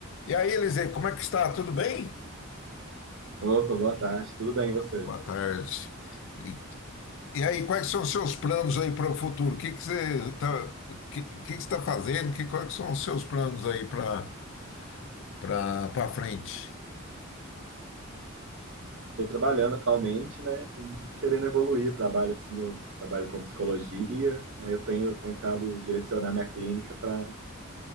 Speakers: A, on the left; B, on the right.
A: E aí, Eliseu, como é que está? Tudo bem?
B: Opa, boa tarde, tudo bem e você?
A: Boa tarde. E, e aí, quais são os seus planos aí para o futuro? O que que você está, que, que que você tá fazendo? Que, quais são os seus planos aí para para para frente?
B: Estou trabalhando atualmente, né, e querendo evoluir o trabalho, assim, eu trabalho com psicologia, aí eu tenho tentado direcionar minha clínica para